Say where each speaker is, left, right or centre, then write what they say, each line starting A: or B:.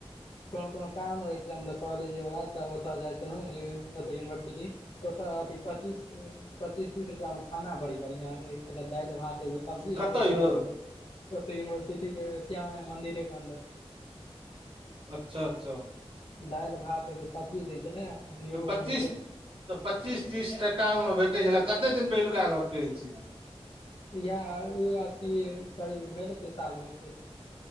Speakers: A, on the left (about 65°); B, on the right (about 60°).
A: कोनो कोनो काम रहै छलै <unintelligible> तऽ ओतय जाइ छलहुँ ओतऽ यूनिवर्सिटी ओत अथि पचीस पचीस तीस रुपैआमे खाना बड़ी बढ़िआँ रहै छलै दालि भात एगो सब्जी
B: कतऽ
A: जे
B: यौ
A: खेऽब हमसब ओत यूनिवर्सिटी के श्यामा मन्दिरे के अन्दर
B: अच्छा अच्छा
A: दालि भात एगो सब्जी दै छलै आ नेबो
B: तऽ पच्चीस
A: मिरचाइ
B: तऽ पच्चीस तीस टाका मे भेटै छलै कते दिन पहिलुका गप्प कहैछी अहाँ
A: इएह ओ अथी करीब भेल हेतै साल भरि पहिले